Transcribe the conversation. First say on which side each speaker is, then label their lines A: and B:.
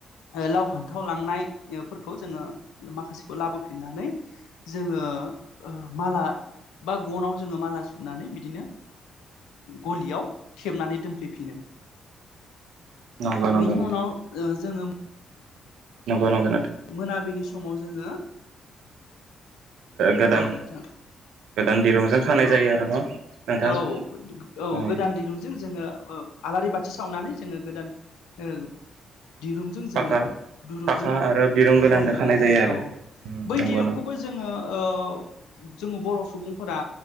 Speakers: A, on the left; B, on the right.
A: लाव फान्थाव ओ लांनायफोरखौ जोङो माखासेखौ लाबोफिननानै जोङो माला बा गनाव जोङो माला सुनानै बिदिनो गलियाव थेबनानै दोनफैफिनो।
B: नंगौ नंगौ
A: बेनि उनाव ओ जोङो।
B: नंगो नंगो
A: मोनाबिलि समाव जोङो
B: गोदान
A: औ नोंथां।
B: गोदान दिरूं जों खानाय
A: औ
B: जायो आरो न'। नोंथां
A: औ औ
B: उम
A: गोदान दिरुंजों जोङो ओ आलारि बाथि सावनानै जोङो गोदान ओ। दिरुंजों जोङो
B: फाखा
A: दुरुंजों
B: फाखा आरो दिरुं गोदानजों
A: खायो
B: खानाय
A: आरो
B: जायो
A: औ
B: उम
A: बै
B: नंगौ
A: दिरुंखौबो
B: नंगौ
A: जोङो ओ जोङो बर' सुबुंफोरा